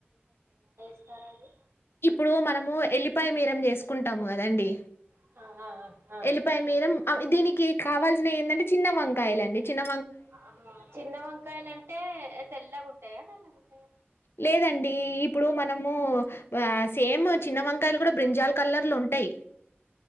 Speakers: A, on the right; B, on the left.
A: స్తారూ అది
B: ఇప్పుడు మనము ఎల్లిపాయ మీరం చేసుకుంటాము కదండి
A: ఆ ఆ ఆ
B: ఎల్లిపాయ మీరం అవి దీనికి దీనికి కావాల్సినవి ఏందంటే చిన్న వంకాయలు అండి చిన్న
A: ఆ చిన్న వంకాయలు అంటే తెల్లగా ఉంటాయా నల్ల గుంటయా
B: లేదండి ఇప్పుడు మనము ఆ సేమ్
A: ఉమ్,
B: చిన్న వంకాయలు
A: ఉమ్,
B: కూడా బ్రింజాల్
A: ఉమ్.
B: కలర్లో ఉంటాయి